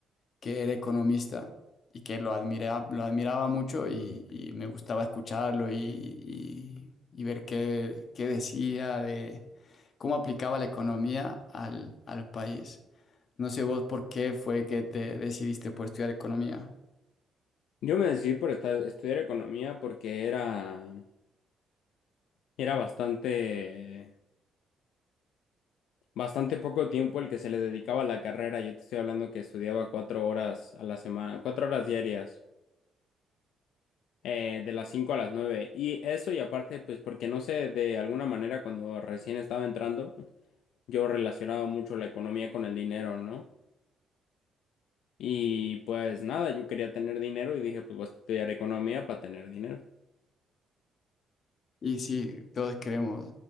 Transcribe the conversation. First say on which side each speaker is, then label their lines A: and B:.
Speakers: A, on the left; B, on the left.
A: que era economista y que lo admiraba, lo admiraba mucho y, y me gustaba escucharlo y, y- y ver qué, qué decía de cómo aplicaba la economía al, al país. No sé vos por qué fue que te decidiste por estudiar economía.
B: Yo me decidí por esta- estudiar economía porque era Era bastante, bastante poco tiempo el que se le dedicaba a la carrera. Yo te estoy hablando que estudiaba cuatro horas a la semana, cuatro horas diarias, eh, de las cinco a las nueve. Y eso y aparte, pues porque no sé, de alguna manera cuando recién estaba entrando, yo relacionaba mucho la economía con el dinero, ¿no? Y pues nada, yo quería tener dinero y dije, pues voy a estudiar economía para tener dinero.
A: Y sí, todos creemos,